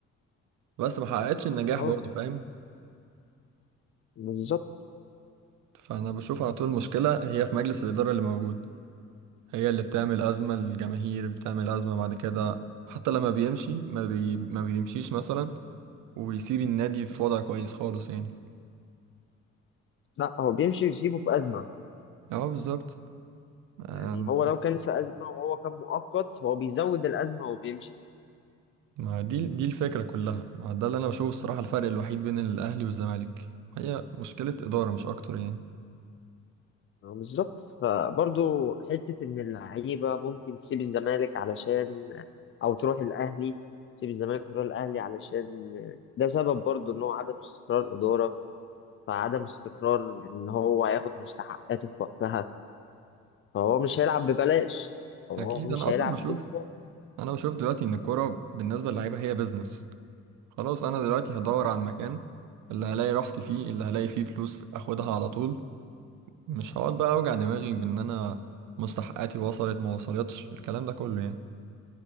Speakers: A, on the right; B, on the left.
A: بس ما حققتش النجاح
B: اه
A: برضه فاهم
B: بالظبط
A: فأنا بشوف على طول المشكلة هي في مجلس الإدارة اللي موجود هي اللي بتعمل أزمة للجماهير بتعمل أزمة بعد كده حتى لما بيمشي ما, بي... ما بيمشيش مثلا ويسيب النادي في وضع كويس خالص يعني
B: لأ هو بيمشي يسيبه في أزمة
A: اه بالظبط آم،
B: يعني هو لو كان في أزمة وهو كان مؤقت هو بيزود الأزمة وبيمشي
A: ما دي دي الفكرة كلها ده اللي أنا بشوفه الصراحة الفرق الوحيد بين الأهلي والزمالك هي مشكلة إدارة مش أكتر يعني
B: آه، بالظبط فبرضه حتة إن اللعيبة ممكن تسيب الزمالك علشان أو تروح الأهلي تسيب الزمالك وتروح الأهلي علشان ده سبب برضه إن هو عدم استقرار إدارة فعدم استقرار إن هو هياخد مستحقاته في وقتها فهو مش هيلعب ببلاش هو
A: أكيد
B: مش
A: أنا
B: هيلعب
A: أصلا بشوف
B: بدون مقابل
A: أنا بشوف دلوقتي إن الكورة بالنسبة للعيبة هي بيزنس خلاص أنا دلوقتي هدور على المكان اللي هلاقي راحتي فيه اللي هلاقي فيه فلوس أخدها على طول مش هقعد بقى اوجع دماغي بان انا مستحقاتي وصلت ما وصلتش الكلام ده كله يعني